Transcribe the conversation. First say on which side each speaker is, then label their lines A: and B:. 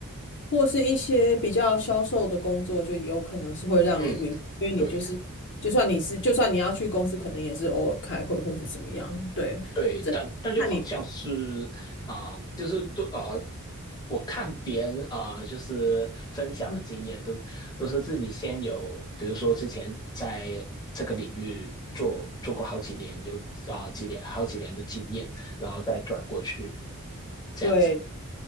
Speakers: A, on the left; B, on the left.
A: 或是一些比较销售的工作，就有可能是会让你
B: 的。
A: r
B: 嗯，
A: e 因为你就是，
B: 对。
A: 就算你是，就算你要去公司，可能也是偶尔开会或是怎么样。对，
B: 对，
A: 这看你，
B: 但但就好像是啊、呃就是都啊、呃我看别人啊、呃就是分享的经验都都是自己先有，
A: 嗯
B: 比如说之前在这个领域做做过好几年，有啊、呃几年好几年的经验，然后再转过去这样子。
A: 对，